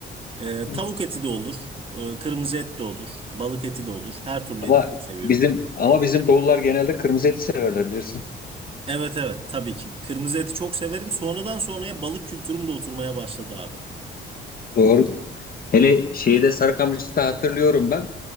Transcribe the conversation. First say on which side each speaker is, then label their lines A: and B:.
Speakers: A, on the right; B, on the left.
A: E,
B: <laughs>
A: tavuk eti de olur. e, kırmızı et de olur. Balık eti de olur. Her türlü
B: Ama
A: eti çok seviyorum.
B: bizim ama bizim doğullar genelde kırmızı eti severler bilirsin.
A: Evet evet tabii ki. Kırmızı eti çok severim. Sonradan sonraya balık kültürüm de oturmaya başladı abi.
B: Doğrudur. Hele şeyde Sarıkamış'ta hatırlıyorum ben.